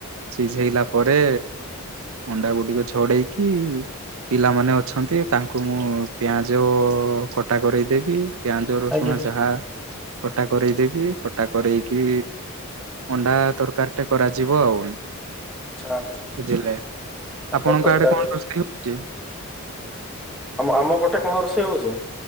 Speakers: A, on the right; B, in the centre.
A: ସିଝେ ଇଲା ପରେ ଅଣ୍ଡା ଗୁଡିକ ଛଡେଇକି ପିଲାମାନେ ଅଛନ୍ତି ତାଙ୍କୁ ମୁଁ ପିଆଁଜ କଟା କରେଇଦେବି। ପିଆଁଜ ରସୁଣ
B: ଆଜ୍ଞା
A: ଯାହା କଟା କରେଇଦେବି କଟା କରରେଇକି ଅଣ୍ଡା ତରକାରୀ ଟେ କରାଯିବ ଆଉ।
B: ଆଛା ଆଛା ଆଛା
A: ବୁଝିଲେ
B: ଅଣ୍ଡା
A: ଆପଣଙ୍କ
B: ତରକାରେ।
A: ଆଡେ କଣ ରୋଷେଇ ହଉଛି
B: ଆମ ଆମ ପଟେ କଣ ରୋଷେଇ ହଉଛି?